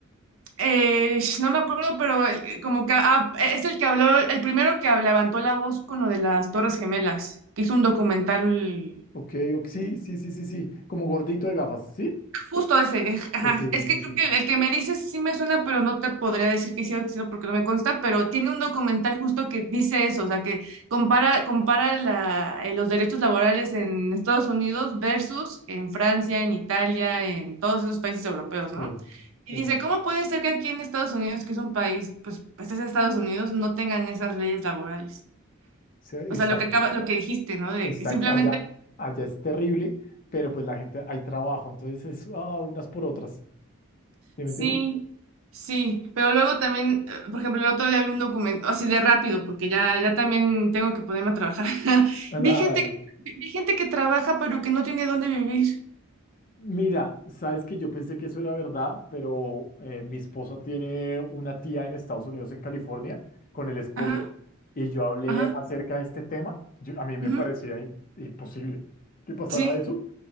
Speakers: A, on the right; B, on the left.
A: eh, sh- no me acuerdo, pero eh, como que ah, eh, es el que habló, el primero que habló, levantó la voz con lo de las Torres Gemelas, que hizo un documental
B: Ok, ok, sí, sí, sí, sí, sí. Como gordito de gafas, ¿sí?
A: Justo ese, ajá.
B: Eh, sí,
A: Es
B: sí,
A: que
B: sí,
A: creo
B: sí.
A: que el, que me dices sí me suena, pero no te podría decir que sí o sí no, porque no me consta, pero tiene un documental justo que dice eso, o sea, que compara, compara la- eh, los derechos laborales en Estados Unidos versus en Francia, en Italia, en todos esos países europeos,
B: Sí,
A: ¿no? Y
B: sí,
A: dice, ¿cómo puede ser que aquí en Estados Unidos, que es un país, pues, pues es Estados Unidos, no tengan esas leyes laborales?
B: sí, exacto,
A: O sea, lo que acaba, lo que dijiste, ¿no? De
B: exacto.
A: que simplemente
B: Allá, allá es terrible, pero pues la gente, hay trabajo, entonces es ah, unas por otras. ¿Sí
A: Sí,
B: me entiendes?
A: sí, pero luego también, eh, por ejemplo, el otro día vi un documento, así de rápido, porque ya, ya también tengo que ponerme a trabajar. <laughs>
B: <laughs>
A: Vi
B: Dale.
A: gente, que- vi gente que trabaja, pero que no tiene dónde vivir.
B: Mira, sabes que yo pensé que eso era verdad, pero eh, mi esposa tiene una tía en Estados Unidos, en California, con el esposo,
A: Ajá,
B: y yo hablé
A: ajá,
B: acerca de este tema. Yo- a mí me
A: ujú,
B: parecía im- imposible que pasara
A: Sí,
B: eso,